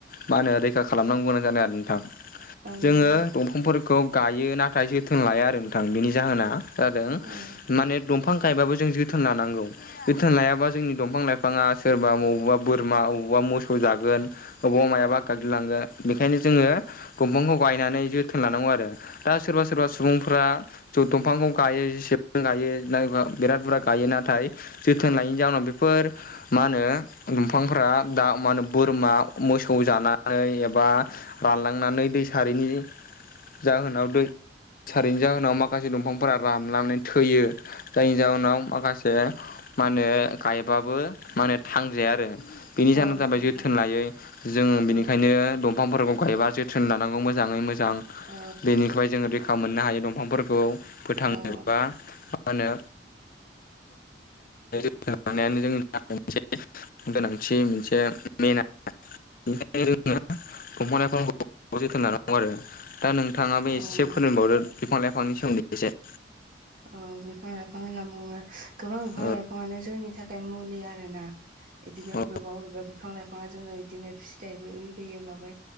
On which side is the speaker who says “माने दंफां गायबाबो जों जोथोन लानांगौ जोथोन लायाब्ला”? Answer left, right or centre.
Left